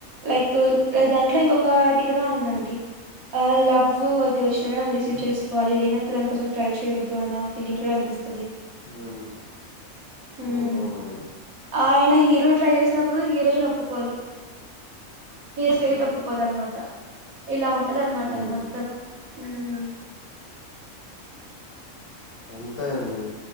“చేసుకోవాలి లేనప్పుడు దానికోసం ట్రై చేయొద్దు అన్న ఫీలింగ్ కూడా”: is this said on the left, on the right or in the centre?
Right